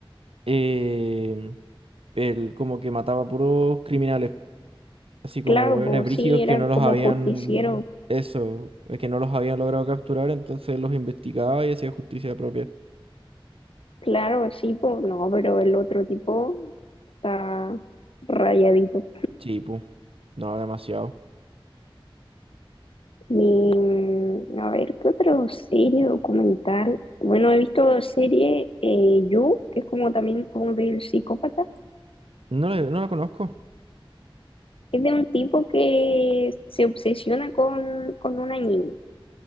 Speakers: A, on the right (about 80°); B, on the left (about 75°).
A: eh, él como que mataba puros criminales, así como
B: claro,
A: hueones
B: pues
A: brígidos
B: sí, era
A: que no
B: como
A: los habían,
B: justiciero.
A: eso, eh, que no los habían logrado capturar, entonces los investigaba y hacía justicia propia.
B: Claro, sí, pues no, pero el otro tipo está rayadito.
A: Sí, pu. No, demasiado.
B: Y, mm, a ver, ¿qué otro serie documental? Bueno, he visto serie eh, You, que es como también como del psicópata.
A: No lo, no lo conozco.
B: Es de un tipo que se obsesiona con, con una niña.